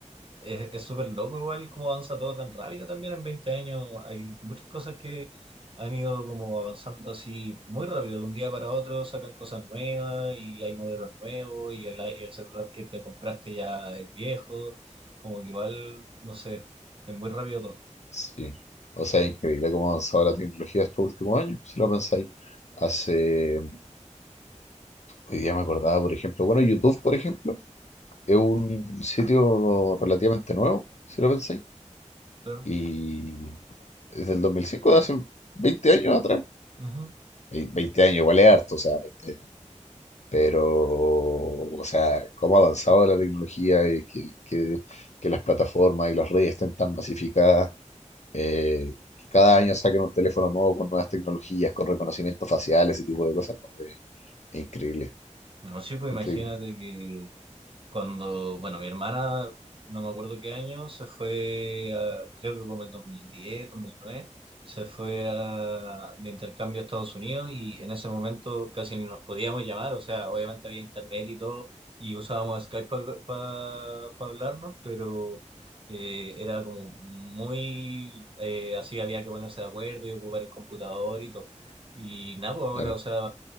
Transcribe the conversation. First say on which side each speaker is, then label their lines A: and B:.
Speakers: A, on the right (about 45°); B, on the left (about 65°).
A: es, es súper loco igual cómo avanza todo tan rápido también en 20 años. Hay muchas cosas que han ido como avanzando así muy rápido. De un día para otro sacan cosas nuevas y hay modelos nuevos y el, y el celular que te compraste ya es viejo. Como que igual, no sé, es muy rápido todo.
B: Sí. O sea, es increíble cómo ha avanzado la tecnología estos últimos años, si lo pensáis. Hace, hoy día me acordaba, por ejemplo, bueno, YouTube, por ejemplo, es un sitio relativamente nuevo, si lo pensáis.
A: Claro.
B: Y es del 2005, de hace 20 años atrás.
A: Ujú.
B: Ve- 20 años, igual es harto, o sea, 20 años. Pero, o sea, cómo ha avanzado la tecnología, eh, que, que- que las plataformas y las redes estén tan masificadas, eh, que cada año saquen un teléfono nuevo con nuevas tecnologías, con reconocimiento facial, ese tipo de cosas, ¿no? Eh, Es, increíble,
A: No, sí, pues
B: increíble,
A: imagínate que Cuando, bueno, mi hermana, no me acuerdo qué año, se fue, a- creo que como el dos dos mil diez dos mil nueve se fue a- de intercambio a Estados Unidos y en ese momento casi ni nos podíamos llamar, o sea, obviamente había internet y todo y usábamos Skype para hablarnos, pero eh, era como muy, eh, así había que ponerse de acuerdo y ocupar el computador y todo. Y nada, pues ahora,
B: claro,
A: o sea